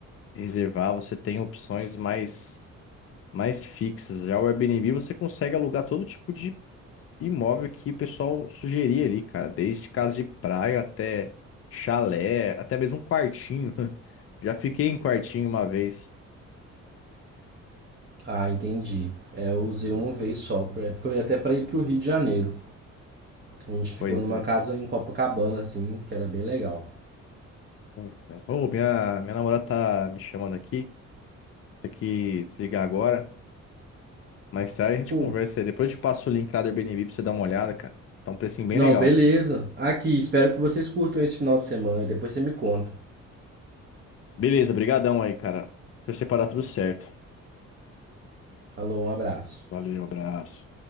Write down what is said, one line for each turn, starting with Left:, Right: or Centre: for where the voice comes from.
Left: reservar. Você tem opções mais, mais fixas. Já o Airbnb, você consegue alugar todo tipo de imóvel que o pessoal sugeria ali, cara. Desde casa de praia até chalé, até mesmo um quartinho. <laughs> Já fiquei em quartinho uma vez.
Right: Ah, entendi. É, eu usei uma vez só, pra- foi até para ir para o Rio de Janeiro. A gente ficou
Left: Pois
Right: numa
Left: é.
Right: casa em Copacabana, assim, que era bem legal.
Left: Pois é. Ô, minha, minha namorada tá me chamando aqui. Tem que desligar agora. Mais tarde a gente
Right: Pô,
Left: conversa aí. Depois eu te passo o link lá do Airbnb pra você dar uma olhada, cara. Tá um precinho bem
Right: Não,
Left: legal.
Right: beleza. Aqui, espero que vocês curtam esse final de semana e depois você me conta.
Left: Beleza, brigadão aí, cara. Torcer pra dar tudo certo.
Right: Alô, um abraço.
Left: Valeu, abraço.